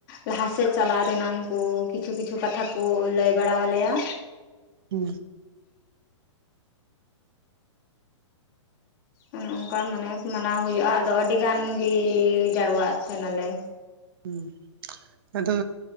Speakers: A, on the left; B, on the right.
A: ᱞᱟᱦᱟ ᱥᱮᱫ ᱪᱟᱞᱟᱣ ᱨᱮᱱᱟᱝ ᱠᱚ ᱠᱤᱪᱷᱩ ᱠᱤᱪᱷᱩ ᱠᱟᱛᱷᱟ ᱠᱚ ᱞᱟᱹᱭ ᱵᱟᱲᱟᱣ ᱟᱞᱮᱭᱟ
B: ᱦᱩ
A: ᱚᱱᱮ ᱚᱱᱠᱟ ᱢᱟᱱᱮ ᱢᱟᱱᱟᱣ ᱦᱩᱭᱩᱜᱼᱟ ᱟᱫᱚ ᱟᱹᱰᱤ ᱜᱟᱱ ᱜᱮ ᱡᱟᱨᱣᱟᱜ ᱛᱟᱦᱮᱱᱟ ᱞᱮ
B: ᱦᱩᱸ ᱟᱫᱚ